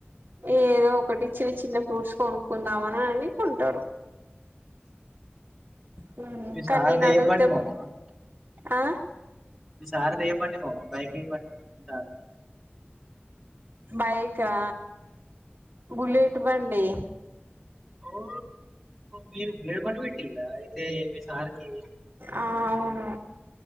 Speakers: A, on the right; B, in the centre.
A: ఏదో ఒకటి చిన్న చిన్న ఫ్రూట్స్ కోనుక్కుందామని అని కొంటారు. హ్మ్
B: మీ
A: కానీ
B: సార్ది
A: నేను అడుగ్తేమె
B: ఏం బండి మామ
A: ఆ
B: మీ సార్ది ఏ బండి మామ బైక్ ఏ బండి సార్
A: బైకా బుల్లెట్ బండ్ డి
B: ఓ మీరు బుల్లెట్ బండి పెట్టిలా అయితే మీ సార్ కి
A: ఆ అవును